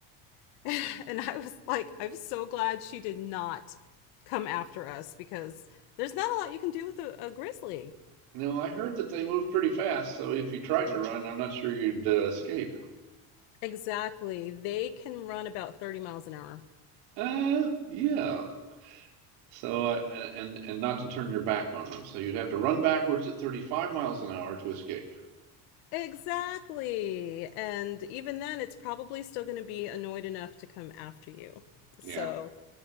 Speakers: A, on the left; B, on the right.
A: <laughs> and I was like, I'm so glad she did not come after us because there's not a lot you can do with a, a grizzly.
B: No, I heard that they move pretty fast, so if you tried to run, I'm not sure you'd uh, escape.
A: Exactly, they can run about 30 miles an hour.
B: Uh, yeah. So uh, and and not to turn your back on them, so you'd have to run backwards at 35 miles an hour to escape.
A: Exactly. And even then, it's probably still going to be annoyed enough to come after you.
B: Yeah.
A: So,